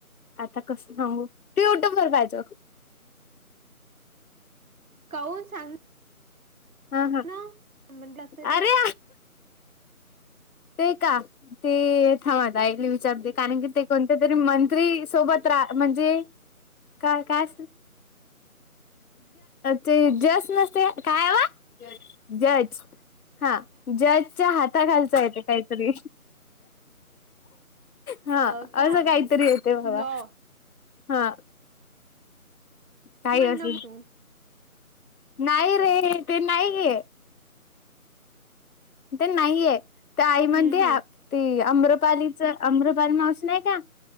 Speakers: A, on the left (about 75°); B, on the right (about 70°).
A: आता कस सांगू तू युट्यूब वर पाहिच
B: काह सांग
A: हम हम
B: ना संबंध असे ते
A: अरे ते का ते थांमा दयले विचारते कारण की ते कोणते तरी मंत्री सोबत रा म्हणजे का काय ते जस नसते काय वा जज हा जजच्या हाता घालचा येत काहीतरी हा
B: हो
A: असं
B: का
A: काहीतरी येत बाबा
B: लॉ
A: हा काही
B: मनामनातू
A: असू नाही रे ते नाही गे ते नाहीये ते आई
B: हम्म
A: म्हणते
B: हम्म
A: ती अमृ पालीच अमृपाली मावस नाही का